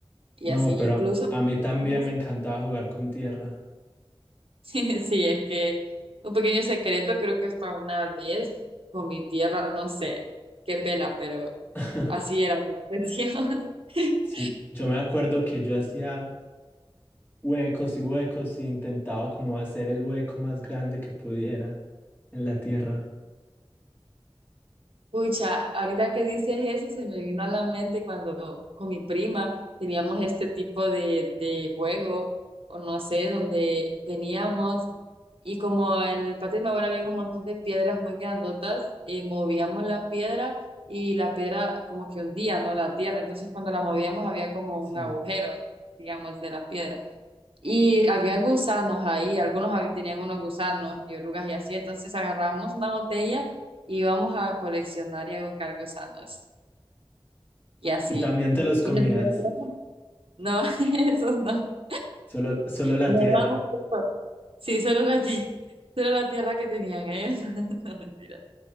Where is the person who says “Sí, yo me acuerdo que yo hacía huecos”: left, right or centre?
Left